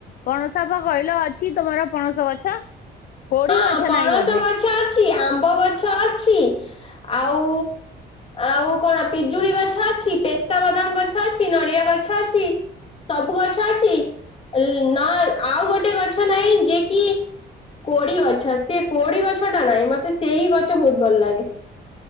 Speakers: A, on the left; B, on the left.
A: ପଣସପା କହିଲ ଅଛି ତୁମର ପଣସ ଗଛ। କୋଡି
B: ହଁ
A: ଗଛ
B: ପଣସ
A: ନାହିଁ ବୋଧେ?
B: ଗଛ ଅଛି ଆମ୍ବ ଗଛ ଅଛି ଆଉ ଆଉ କଣ ପିଜୁଳିଗଛ ଅଛି ପେସ୍ତା ବାଦାମଗଛ ଅଛି ନଡ଼ିଆଗଛ ଅଛି। ସବୁ ଗଛ ଅଛି ନ ଆଉ ଗୋଟେ ଗଛ ନାହିଁ ଯିଏକିି କୋଡି ଗଛ ସେ କୋଡି ଗଛଟା ନାହିଁ ମତେ ସେଇ ଗଛ ବହୁତ ଭଲଲାଗେ।